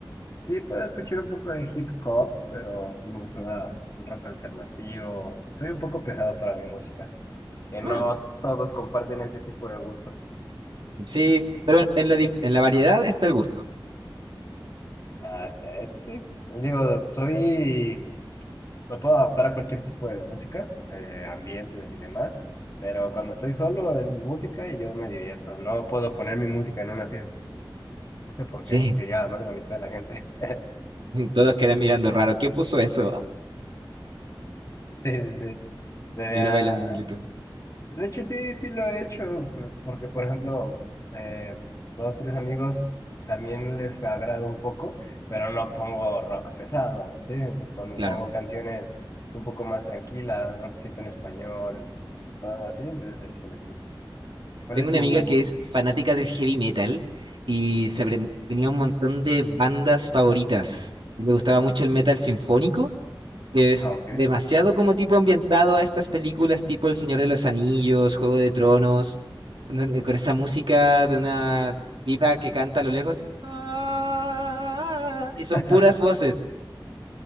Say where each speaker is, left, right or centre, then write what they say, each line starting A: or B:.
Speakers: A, on the left; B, on the right.
A: sí puedo escuchar un poco de hip hop, pero sí me gusta la- un rock alternativo. Soy un poco pesado para mi música, que
B: Mm,
A: no todos comparten ese tipo de gustos.
B: sí, pero en la, dif- en la variedad está el gusto.
A: Hasta eso sí. Digo, soy Me puedo adaptar a cualquier tipo de música, eh, ambientes y demás, pero cuando estoy solo es mi música y yo me divierto. No puedo poner mi música en una fiesta porque
B: Sí,
A: sería más de la mitad de la gente. <laughs>
B: <laughs> todos quedan mirando raro. ¿Quién puso eso? <laughs>
A: Sí, sí, sí. Sería-
B: Y uno bailando solito.
A: De hecho, sí, sí lo he hecho, p- porque, por ejemplo, eh, dos, tres amigos también les agrada un poco, pero no pongo rock pesado, ¿sí? Pon-
B: Claro.
A: Pongo canciones un poco más tranquilas, rockcito en español, todo así, entonces sí sí les gusta. ¿Cuál
B: Tengo
A: es
B: una
A: tu...?
B: amiga que es fanática del heavy metal y se apren- tenía un montón de bandas favoritas. Le gustaba mucho el metal sinfónico, que es
A: Ah, ok.
B: demasiado como tipo ambientado a estas películas tipo El Señor de los Anillos, Juego de Tronos, donde- con esa música de una pipa que canta a lo lejos. "Ah", Y son
A: <laughs>
B: puras voces.